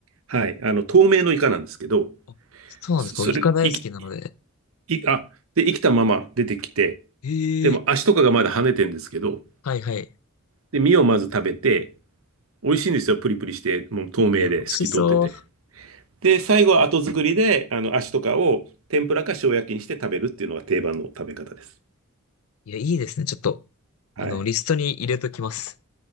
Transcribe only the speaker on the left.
あ、そうなんですか。
イカ大好きなので。
ええ
はいはい。
いや、美味しそう。
いや、いいですね。ちょっと、
あの、リストに入れときます。